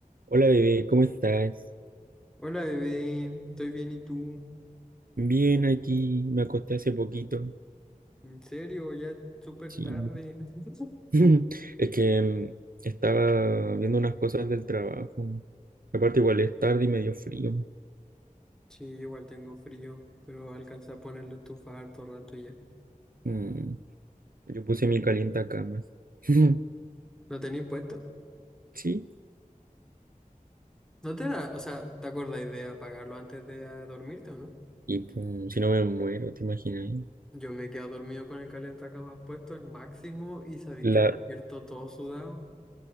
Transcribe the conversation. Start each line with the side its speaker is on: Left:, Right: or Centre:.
Right: Hola bebé, ¿cómo estás?
Centre: Hola bebé, estoy bien y tú.
Right: Bien, aquí me acosté hace poquito.
Centre: ¿En serio? Ya es súper
Right: Sí.
Centre: tarde. <laughs>
Right: <laughs> Es que mm, estaba viendo unas cosas del trabajo. Aparte igual es tarde y me dio frío.
Centre: Sí, igual tengo frío, pero alcancé a poner la estufa harto rato ya.
Right: Mm, Yo puse mi camas. <laughs>
Centre: ¿Lo tenéis puesto?
Right: Sí.
Centre: ¿No te da, o sea, te acordáis de apagarlo antes de ah, dormirte o no?
Right: Y pum, si no me muero, ¿te imaginas?
Centre: Yo me he quedado dormido con el calentacamas puesto al máximo y sabéis
Right: La...
Centre: que despierto todo sudado.